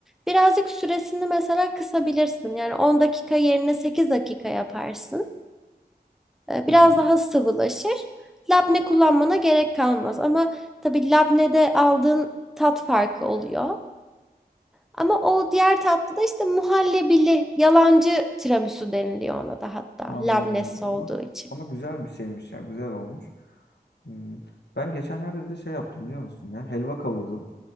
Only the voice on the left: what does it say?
Hı
hı.
Anladım.
Ama
ama güzel bir şeymiş ya. Güzel olmuş. Hmm. Ben geçenlerde bir de şey yaptım biliyor musun ya? Helva kavurdum.